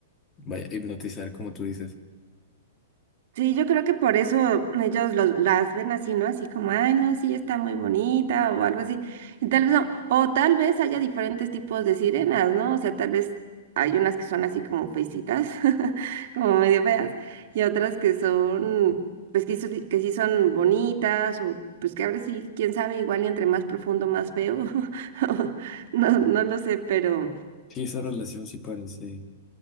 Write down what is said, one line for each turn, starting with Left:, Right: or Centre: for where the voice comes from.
Left: vaya, hipnotizar, como tú dices.
Right: Sí, yo creo que por eso ellos los, las ven así, ¿no? Así como, ay, no, sí, está muy bonita o algo así. Y tal vez no, o tal vez haya diferentes tipos de sirenas, ¿no? O sea, tal vez hay unas que son así como feicitas, <laughs> como medio feas, y otras que son, pues que, sí- sí, que sí son bonitas o pues que ahora sí, quién sabe, igual y entre más profundo, más feo. <laughs> No, no lo sé, pero
Left: Sí, esa relación sí parece